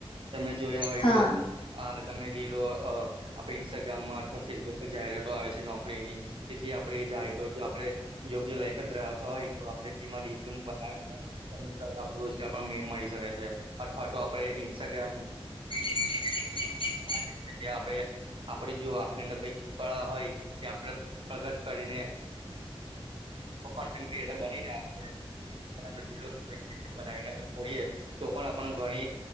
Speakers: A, on the right; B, on the left.
A: તમે જોયા હોય
B: હા
A: તો અ તમે રીલો આપડે ઇન્સ્ટાગ્રામમાં અથવા ફેસબુક પર જાહેરાતો આવે છે નોકરીની તેથી આપડે જાાય તો આપડે યોગ્ય લાયક જ હોય તો આપડે તેમાં રિઝૂમ બનાવીને આપ રોજગાર પણ મે મળી શકે છે અથવા તો આપણે ઇન્સ્ટાગ્રામ
B: <unintelligible> <inaudible>
A: <unintelligible> આપણેે જો આપણેને કઈ કળા હોય ત્યાં આપણે પ્રગટ કરીને તો બનીને આપનાવીને પછીડીએ તો પણ આપણ ઘણી